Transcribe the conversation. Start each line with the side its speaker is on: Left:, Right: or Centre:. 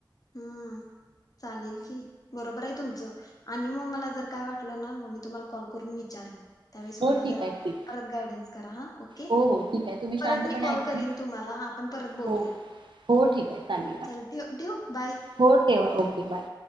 Left: हम्म चालेल की, बरोबर आहे तुमचं आणि मग मला जर काय वाटलं ना मग मी तुम्हाला कॉल करून विचारीन. त्यावेळेस
Right: हो
Left: मला
Right: ठीक
Left: जरा
Right: आहे ठीक
Left: परत गायडन्स करा हा ओके.
Right: हो हो ठीक आहे तुम्ही शांतपणे
Left: परत मी कॉल
Right: ऐकून
Left: करीन तुम्हाला हा आपण परत बोलूया.
Right: हो हो ठीक आहे चालेल.
Left: चल ठेऊ ठेऊ बाय.
Right: हो ठेवा ओके बाय.